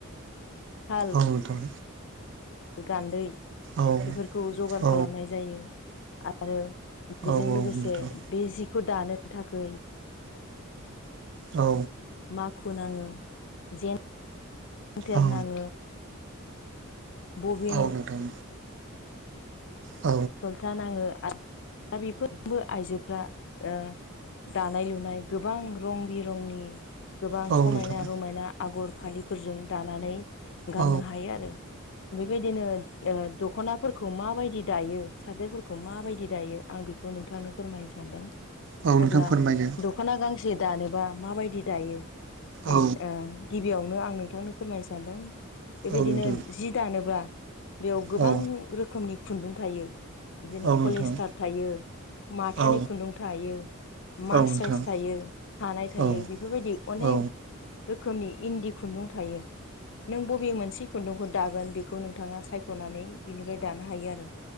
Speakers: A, on the left; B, on the right.
A: साल
B: औ नोंथां
A: गान्दै
B: औ
A: बेफोरखौ जगार
B: औ
A: खालामनाय जायो आरो बेजों
B: औ
A: लोगोसे
B: नोंथां
A: बे जिखौ दानो थाखै
B: औ
A: माखु नाङो जेनथेर
B: औ
A: नाङो बबिन
B: औ नोंथां औ नोंथां औ
A: सलथा नाङो दा बेफोरबो आइजोफ्रा ओ दानाय लुनाय गोबां रं बिरंनि गोबां
B: औ नोंथां औ
A: समायना
B: नोंथां
A: रमायना आगर फालिफोरजों दानानै गाननो
B: औ
A: हायो आरो बेबायदिनो ओ दख'नाफोरखौ माबायदि दायो सादोरफोर खौ माबायदि दायो आं बेखौ नोंथांनो फोरमायनो सानदों
B: औ नोंथां
A: अब्ला
B: फोरमायदो
A: दख'ना गांसे दानोबा माबायदि दायो ओन
B: औ
A: ओ गिबियावनो आं नोंथांनो फोरमायनो सानदों बेबायदिनो
B: औ नोंथां
A: जि दानोब्ला बेयाव गोबां
B: औ
A: रोखोमनि खुन्दुं थायो बिदिनो
B: औ
A: पलिस्टार
B: नोंथां
A: थायो माथानि
B: औ
A: खुन्दुं थायो मासराइस
B: औ नोंथां
A: थायो सानाय थायो
B: औ औ
A: बेफोरबायदि अनेक
B: औ नोंथां
A: रोखोमनि इन्दि खुन्दुं थायो नों बबे मोनसे खुन्दुंखौ दागोन बेखौ नोंथाङा सायख'नानै बिनिफ्राय दानो हायो आरो